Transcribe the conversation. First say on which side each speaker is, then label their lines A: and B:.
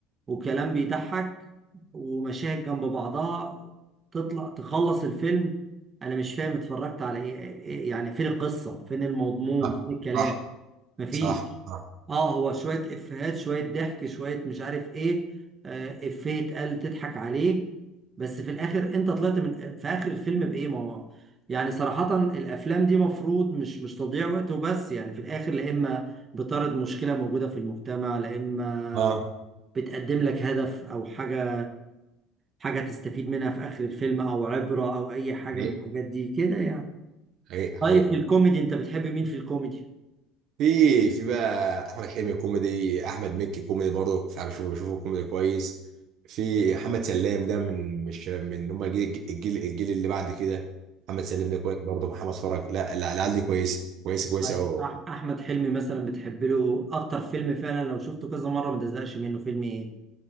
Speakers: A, on the right; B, on the right.
A: وكلام بيضحك ومشاهد جنب بعضها تطلع تخلص الفيلم انا مش فاهم اتفرجت على ايه إيه- يعني فين القصة فين المضمون
B: صح
A: فين الكلام
B: صح
A: مفيش
B: صح صح.
A: اه هو شوية افيهات شوية ضحك شوية مش عارف ايه آه افيه اتقال تضحك عليه بس في الاخر انت طلعت من في اخر الفيلم بايه ما هو يعني صراحة الافلام دي مفروض مش مش تضييع وقت وبس يعني في الاخر لا اما بتعرض مشكلة موجودة في المجتمع لا اما
B: اه
A: بتقدم لك هدف او حاجة حاجة تستفيد منها في اخر الفيلم او عبرة او اي حاجة
B: حقيقي
A: من الحاجات دي كده يعني
B: حقيقي حقيقي
A: طيب في الكوميدي انت بتحب مين في الكوميدي؟
B: في في بقى احمد حلمي كوميدي احمد مكي كوميدي برضه انا بشوفه بشوفه كوميدي كويس في محمد سلام ده من مش من هم الجيل الجيل الجيل اللي بعد كده محمد سلام ده كويس برضه محمد فرج لا لا العيال دي كويسه كويسه كويسه
A: طيب
B: قوي
A: أح- احمد حلمي مثلا بتحب له اكتر فيلم فعلا لو شفته كذا مره ما تزهقش منه فيلم ايه